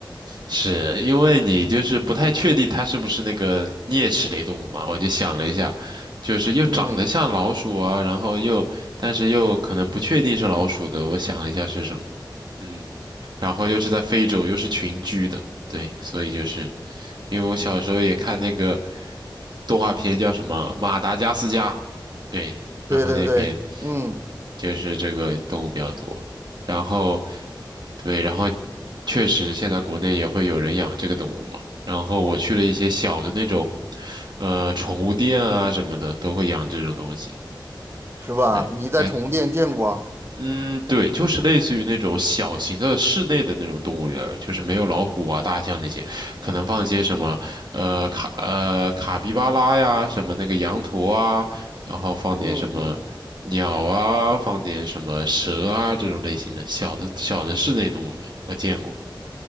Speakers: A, on the right (about 60°); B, on the right (about 30°).
A: 是因为你就是不太确定它是不是那个啮齿类动物嘛，我就想了一下，就是又长得像老鼠啊，
B: 嗯。
A: 然后又但是又可能不确定是老鼠的，我想了一下是什么，嗯，然后又是在非洲，又是群居的，对，所以就是因为我小时候也看那个动画片叫什么《马达加斯加》，对，然后那边
B: 对对对，嗯，
A: 就是这个动物比较多。然后，对，然后确实现在国内也会有人养这个动物嘛。然后我去了一些小的那种，呃，宠物店啊什么的，都会养这种东西。
B: 是吧？
A: 对，
B: 你在宠物店见过？
A: 还嗯，对，就是类似于那种小型的室内的那种动物园儿就是没有老虎啊、大象那些，可能放一些什么呃卡呃卡皮巴拉呀，
B: 嗯
A: 什么那个羊驼啊，然后放点什么鸟啊，
B: 嗯嗯，
A: 放点什么蛇啊这种类型的小的小的室内动物园，我见过。